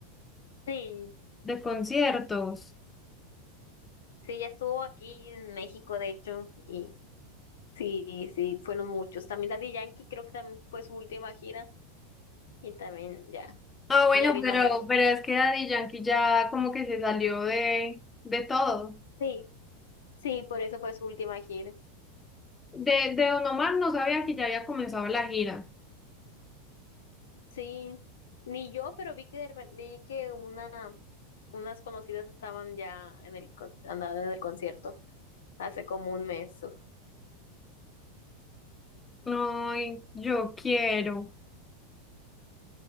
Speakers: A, on the left; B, on the left.
A: Sí,
B: de conciertos.
A: sí, ya estuvo aquí en México, de hecho, y sí, sí, fueron muchos. También Daddy Yankee creo que también fue su última gira y también ya,
B: Ah, bueno,
A: ya vino
B: pero,
A: a México.
B: pero es que Daddy Yankee ya como que se salió de, de todo.
A: Sí, sí, por eso fue su última gira.
B: De, de Don Omar no sabía que ya había comenzado la gira.
A: Sí, ni yo, pero vi que de repen- vi que una unas conocidas estaban ya en el con- andaban en el concierto hace como un mes. o-
B: Ay, yo quiero.